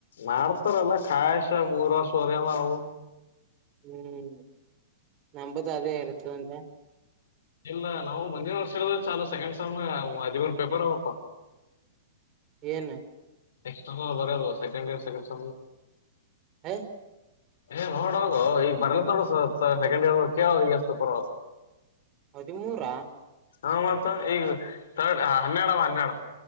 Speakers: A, on the left; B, on the right.
A: ಮಾಡ್ತಾರಲ್ಲ ಕಾಂಯಸ ಮೂರ ಸೋರವ ಅವು
B: ಹ್ಮ್ ನಂಬದು ಅದೇ ಇರುತು ಅಂತೆ
A: ಇಲ್ಲ ನಾವು ಮುಂದಿನ ವರ್ಷ ಹೇಳಿದ ಚಾ ಸೆಕೆಂಡ್ ಸ್ ಹದಿವರ್ ಪೇಪರ್ ಅವಪ್ಪ
B: <inaudible> ನ್
A: ಎಕ್ಸ್ ಬರದು ಸೆಕಂಡ್ ಇರ್ ಸೆಕ್ ಸ್
B: ಹ
A: ಏ ನೋಡೋಗೋ ಈಗ ಬರ್ಲತ್ತ ನೋಡ ಸ ಸೆಕೆಂಡ್ ಇಯರ್ ಕೇಳ ಅವ್ರಗ ಎಷ್ಟು ಪರ
B: ಹದಿಮೂರ
A: ಹ ಮತ್ತ ಈಗ ಥರ್ಡ್ ಹನ್ನೆರಡವ ಹನ್ನೆರಡು